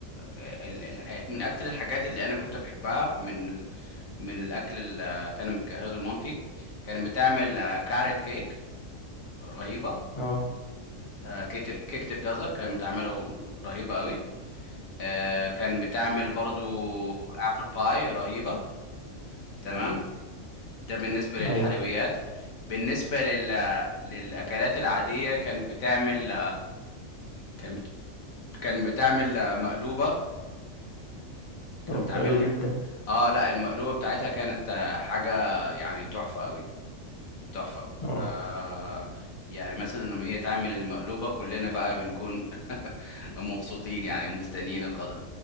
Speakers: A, on the left; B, on the left.
A: ال- ال- من اكتر الحاجات اللي انا كنت بحبها من ال- من الاكل اللي كان متجهزه مامتي كانت بتعمل آه، كاريت كيك رهيبه
B: اه
A: آه، كيك ال- كيكه الجزر كانت بتعمله رهيبه قوي آه، كانت بتعمل برضو ابل باي رهيبه تمام ده بالنسبه للحلويات
B: ايوه
A: بالنسبه لل... للاكلات العاديه كانت بتعمل كانت كان بتعمل آه، مقلوبة كانت
B: طب
A: بتعملها
B: حلو جدا
A: اه لا المقلوبة بتاعتها كانت آه، حاجة يعني تحفة قوي تحفة
B: اه
A: آه يعني مثلا لما هي تعمل المقلوبة كلنا بقى بنكون <laughs> مبسوطين يعني ومستنيين الغدا